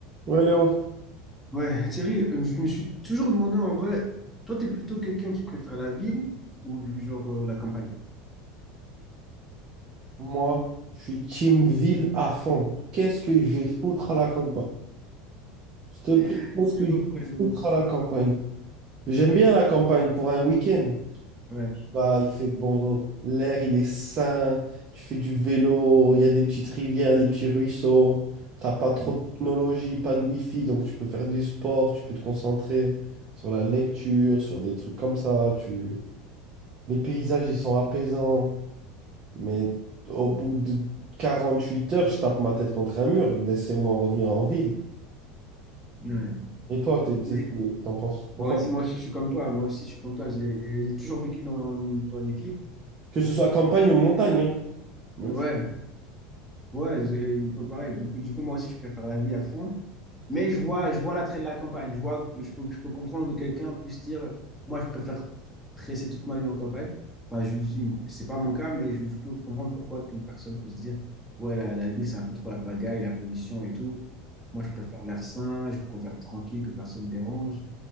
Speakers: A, on the right; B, in the centre.
A: Ouais, Léon,
B: Ouais, Thierry, euh, je me suis toujours demandé en vrai, toi, t'es plutôt quelqu'un qui préfère la ville ou genre euh, la campagne?
A: moi, je suis team ville à fond. Qu'est-ce que je vais foutre à la campagne? Je te plaît,
B: Je
A: qu'est-ce que
B: sais pas
A: je vais
B: pourquoi je le
A: foutre
B: vois.
A: à la campagne? J'aime bien la campagne pour un week-end.
B: Ouais.
A: Bah, il fait bon, l'air, il est sain, tu fais du vélo, il y a des petites rivières, des petits ruisseaux, t'as pas trop
B: ouais,
A: de technologie, pas de wifi, donc tu peux faire du sport, tu peux te concentrer sur la lecture, sur des trucs comme ça, tu... Les paysages, ils sont apaisants. Mais au bout de 48 heures, je tape ma tête contre un mur. Laissez-moi revenir en ville.
B: ouais.
A: Et toi, t'es- t'es-
B: Mais
A: t'en penses pourquoi?
B: moi aussi, moi aussi, je suis comme toi. hein. Moi aussi, je suis comme toi. J'ai j'ai toujours vécu dans, dans les villes.
A: Que ce soit campagne ou montagne, hein. Même
B: Ouais,
A: chose.
B: Ouais, c'est- il peut paraître. Donc, du coup, moi aussi, je préfère la ville à fond. Mais je vois, je vois l'attrait de la campagne. Je vois que je peux, je peux comprendre que quelqu'un puisse dire, moi, je préfère tresser toute ma vie en campagne. Enfin, je lui dis, c'est pas mon cas, mais je, je peux comprendre pourquoi qu'une personne peut se dire, ouais, la, la ville, c'est un peu trop la pagaille, la pollution et tout. Moi, je préfère l'air sain, je préfère tranquille, que personne me dérange.